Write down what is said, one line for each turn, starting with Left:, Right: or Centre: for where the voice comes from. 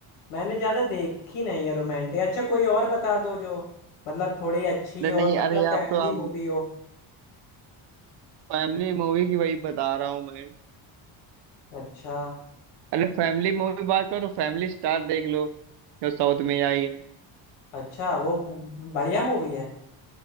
Left: मैंने ज्यादा देखी नहीं है रोमांटिक अच्छा कोई और बता दो जो मतलब थोड़ी अच्छी
Right: अरे नहीं
Left: और मतलब
Right: अरे
Left: फैमिली
Right: आप तो आप
Left: मूवी हो
Right: फैमिली मूवी की वही बता रहा हूँ मैं
Left: अच्छा
Right: अरे फैमिली मूवी बात करो फैमिली स्टार देख लो जो साउथ में आई है
Left: अच्छा वो बढ़िया मूवी है